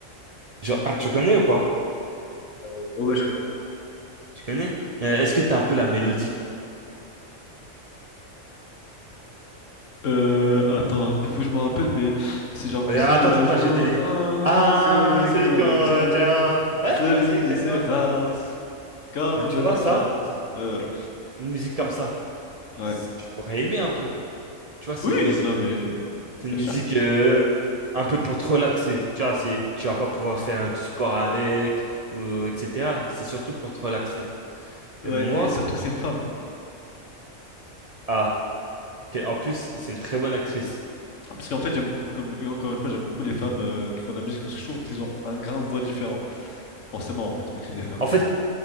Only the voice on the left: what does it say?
Euh, ouais, ouais, je connais.
Euh, attends, il faut que je me rappelle, mais c'est genre,
c'est
le
jour
un
celui
qu'on
retient,
celui
qui s'efface,
comme
de la
glace. Ouais, ouais.
Ouais.
Oui,
non, mais
bien
sûr.
Ouais,
et surtout que c'est une femme.
Parce qu'en fait, j'aime beaucoup, comme et encore une fois, j'aime beaucoup les femmes euh, qui font de la musique parce que je trouve qu'ils ont un grain de voix différent. Forcément, en fait, vu que c'est des femmes,
mais